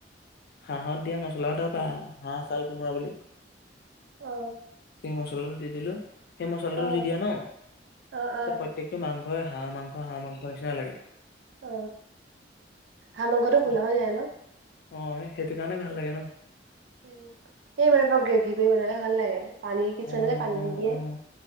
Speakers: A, on the left; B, on the right.
A: হাঁহত দিয়া মচলা এটাৰ পায় হাঁহ চাল কোমোৰা বুলি
B: অ
A: সেই মছলাটো দি দিলো সেই মছলাটো
B: অ
A: দি দিয়া ন
B: অ অ
A: প্ৰত্যকটো মাংসই হাঁহ মাংস হাঁহ মাংসৰ নিচিনা লাগে
B: অ হাঁহ মাংসটো কোলা
A: ব-
B: হৈ যায় ন
A: অ' সেইটো কাৰণেই ভাল লাগে ন'?
B: <unintelligible> গ্ৰেভি কৰি বনালে ভাল লাগে। পানী
A: <unintelligible>
B: কিছুমানে যে পানী দি দিয়ে